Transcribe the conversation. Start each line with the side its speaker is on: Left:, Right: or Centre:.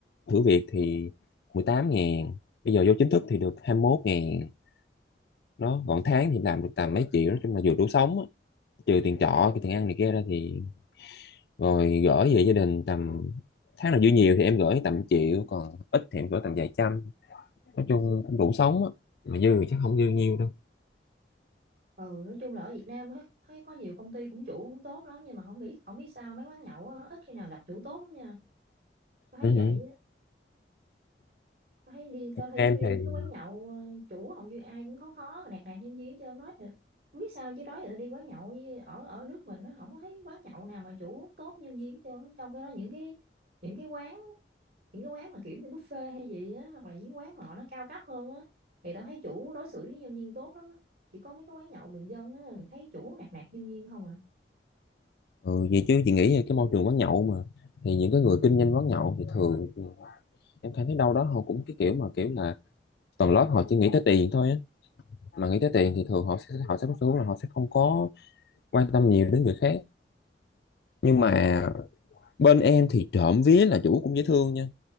Left: thử việc thì 18 ngàn bây giờ vô chính thức thì được 21 ngàn đó còn tháng thì làm được tầm mấy triệu nói chung là vừa đủ sống á trừ tiền trọ tiền ăn này kia ra thì rồi gửi về gia đình tầm tháng nào dư nhiều thì em gửi tầm triệu còn ít thì em gửi tầm vài trăm nói chung cũng đủ sống á mà dư thì chắc không dư nhiều đâu
Right: ừ nói chung là ở Việt Nam á thấy có nhiều công ty cũng chủ cũng tốt lắm nhưng mà không biết không biết sao mấy quán nhậu á, ít khi nào gặp chủ tốt lắm nha Tao thấy
Left: ừ. hử.
Right: vậy á. Tao thấy đi tao thấy
Left: em
Right: đi
Left: thì
Right: mấy cái quán nhậu ờ, chủ hầu như ai cũng khó khó mà nạt nạt nhân viên chứ không nói được không biết sao chứ đó giờ tao đi quán nhậu với- ở ở nước mình nó không có thấy quán nhậu nào mà chủ tốt nhân viên chứ trong cái đó những cái những cái quán những cái quán mà kiểu như buffet hay gì á hoặc là những quán mà họ nó cao cấp hơn á thì tao thấy chủ đối xử với nhân viên tốt lắm á chỉ có mấy cái quán nhậu bình dân á thấy chủ nạt nạt nhân viên không à
Left: ừ, vậy chứ chị nghĩ là cái môi trường quán nhậu mà thì những cái người kinh doanh quán nhậu thì thường em thấy đâu đó họ cũng cái kiểu mà kiểu là tầng lớp họ chỉ nghĩ tới tiền thôi á mà nghĩ tới tiền thì thường họ sẽ họ sẽ có xu hướng là họ sẽ không có quan tâm nhiều đến người khác nhưng mà bên em thì trộm vía là chủ cũng dễ thương nha